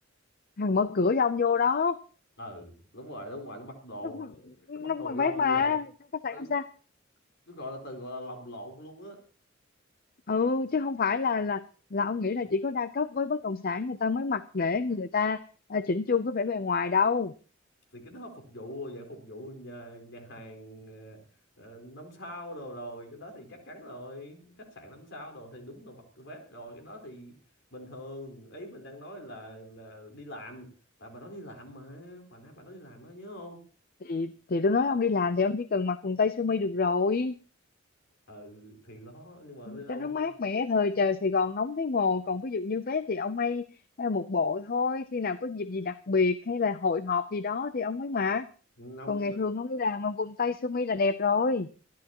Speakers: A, on the left (about 45°); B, on the left (about 65°).
A: Thằng mở cửa cho ông vô đó,
B: ừ đúng rồi đúng rồi nó mặc đồ
A: nó mặc- nó
B: nó mặc đồ
A: mặc
B: lồng
A: vét mà
B: lộn
A: trong khách sạn
B: ừ,
A: năm sao.
B: tôi gọi là từ gọi là lồng lộn luôn á
A: Ừ chứ không phải là là là ông nghĩ là chỉ có đa cấp với bất động sản người ta mới mặc để người ta à, chỉnh chu cái vẻ bề ngoài đâu.
B: thì cái đó phục vụ dạng phục vụ nhà nhà hàng ờ, ờ, năm sao đồ rồi cái đó thì chắc chắn rồi khách sạn năm sao đồ thì đúng là mặc vest rồi cái đó thì bình thường ý mình đang nói là là đi làm tại bà nói đi làm mà bà nói bà nói đi làm đó nhớ không
A: Thì thì tôi nói ông đi làm thì ông chỉ cần mặc quần tây sơ mi được rồi.
B: ừ thì đó nhưng mà đi đâu
A: cho nó mát mẻ thời trời Sài Gòn nóng thấy mồ còn ví dụ như vé thì ông may ờ, một bộ thôi khi nào có dịp gì đặc biệt hay là hội họp gì đó thì ông mới mặc
B: năm
A: còn
B: nhưng
A: ngày
B: mà
A: thường không đi làm mà quần tây sơ mi là đẹp rồi